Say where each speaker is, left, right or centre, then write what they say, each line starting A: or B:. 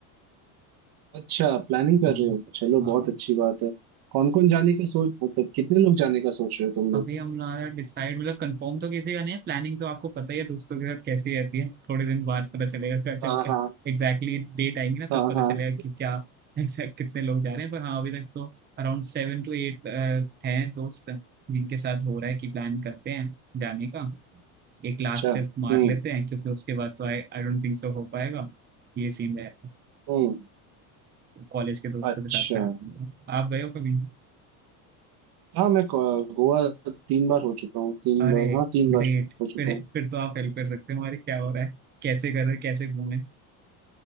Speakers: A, on the right (about 55°); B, on the right (about 25°).
A: अच्छा प्लानिंग कर
B: हाँ
A: रहे हो चलो
B: हाँ
A: बहुत अच्छी बात है कौन कौन जाने का सोच मतलब कितने लोग जाने का सोच रहे हो तुम लोग
B: अभी हमारा डिसाइड मतलब कंफर्म तो किसी का नहीं है प्लानिंग तो आपको पता ही है दोस्तों के साथ कैसी रहती है थोड़े दिन बाद पता चलेगा <laughs> कि जब
A: हाँ हाँ
B: एग्जैक्टली डेट आएंगी ना
A: हाँ
B: तब पता
A: हाँ
B: चलेगा कि क्या <laughs> एग्जैक्ट कितने लोग जा रहे हैं पर हाँ अभी तक तो अराउंड सेवन टू एट हैं दोस्त जिनके साथ हो रहा है कि प्लान करते हैं जाने का एक
A: अच्छा
B: लास्ट स्टेप मार
A: हम्म
B: लेते हैं क्योंकि उसके बाद तो I I don't think so हो पाएगा ये सीन रहेगा
A: हम्म
B: कॉलेज के दोस्तों
A: अच्छा
B: के साथ प्लान होगा। आप गए हो कभी
A: हाँ मैं गो- गोवा तीन बार हो चुका हूँ तीन
B: अरे
A: बार हाँ तीन
B: ग्रेट
A: बार हो चुका
B: फिर
A: हूँ
B: फिर तो आप हेल्प कर सकते हो हमारे क्या हो रहा है कैसे कर रहे हैं, कैसे घूमे